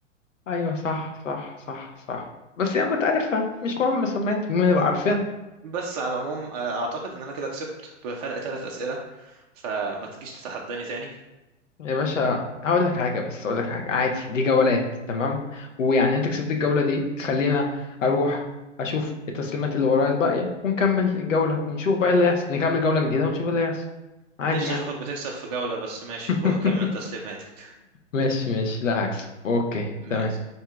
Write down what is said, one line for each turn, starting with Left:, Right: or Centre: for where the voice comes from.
Left: ايوه صح صح صح صح بس يعني كنت عارفها مش مهم سميت المهم نبقى عارفينها
Right: بس على العموم آه، أعتقد إن أنا كده كسبت بفرق ثلاث أسئلة فما تجيش تتحداني تاني
Left: يا باشا هقول لك حاجه بس اقول لك حاجه عادي دي جولات تمام ويعني انت كسبت الجوله دي خلينا اروح اشوف التسليمات اللي ورايا الباقيه ونكمل الجوله ونشوف بقى اللي يحصل نكمل جوله جديده ونشوف اللي يحصل عادي
Right: نفسي
Left: يعني
Right: أشوفك بتكسب في جولة بس ماشي
Left: <laughs>
Right: روح كمل تسليماتك
Left: ماشي ماشي لا هكسب اوكي
Right: <laughs> ماشي
Left: تمام